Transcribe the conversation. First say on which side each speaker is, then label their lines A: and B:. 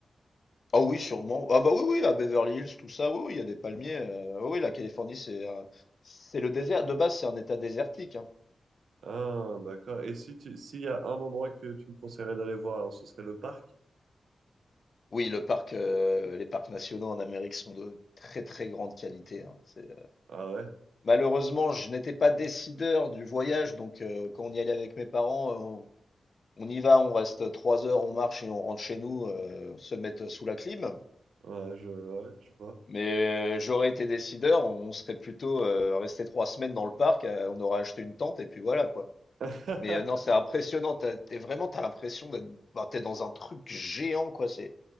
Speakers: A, on the left; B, on the right.
A: Ah oui, sûrement. Ah bah oui, oui, à Beverly Hills, tout ça. Oui, oui, il y a des palmiers. euh, oui, oui, la Californie, c'est un- c'est le désert. De base, c'est un état désertique. hein.
B: Ah, d'accord. Et si tu, s'il y a un endroit que tu me conseillerais d'aller voir, alors ce serait le parc?
A: Oui, le parc, euh, les parcs nationaux en Amérique sont de très, très grande qualité. hein. C'est
B: Ah ouais,
A: Malheureusement, je n'étais pas décideur du voyage, donc euh, quand on y allait avec mes parents, on, on y va, on reste trois heures, on marche et on rentre chez nous, euh, se mettre sous la clim.
B: ouais, je, ouais, je vois.
A: Mais euh, j'aurais été décideur, on serait plutôt euh, resté trois semaines dans le parc, euh, on aurait acheté une tente et puis voilà quoi.
B: <laughs>
A: Mais euh, non, c'est impressionnant, t'as, t'es vraiment, t'as l'impression d'être, bah, t'es dans un truc géant quoi. C'est,